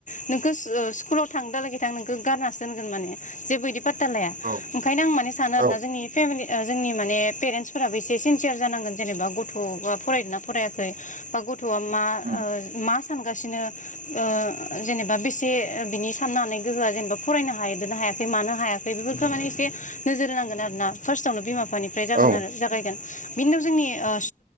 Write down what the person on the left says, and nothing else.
नोंखो <unintelligible> स्कुलाव थां दालागै थां नोंखौ गारनासो दोनगोन माने जेबो इदि पात्ता लाया।
ओंखायनो आं माने सानो
आरोना जोंनि फेमिलि ओ जोंनि माने पेरेन्टसफोराबो एसे सिनसियार जानांगोन जेनेबा गथ'बा फरायदोंना फरायाखै बा गथ'आ मा
ओ मा सानगासिनो। ओ जेनेबा बेसे बिनि साननो हानाय गोहोआ जेनेबा फरायनो हायादों ना हायाखै मानो हायाखै बेफोरखौ माने एसे नोजोर होनांगोन आरोना फास्टआवनो बिमा बिफा <unintelligible> निफ्राय जागोन
आरो जागायगोन। बिनि उनाव जोंनि ओ